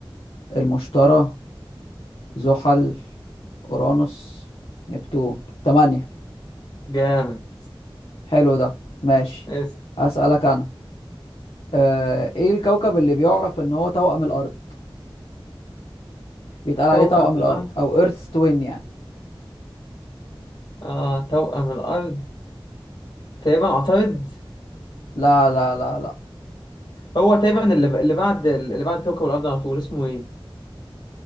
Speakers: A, on the left; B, on the left.
A: المشتري زحل اورانوس نبتون تمانية
B: جامد
A: حلو ده ماشي
B: إيه،
A: هسألك انا آه ايه الكوكب اللي بيعرف ان هو توأم الارض بيتقال
B: توأم
A: عليه توأم
B: الأرض
A: الارض او ايرث توين يعني
B: آه توأم الأرض تقريبا أعترض
A: لا لا لا لا
B: هو تقريبا اللي, ب... اللي بعد اللي بعد كوكب الأرض على طول اسمه إيه؟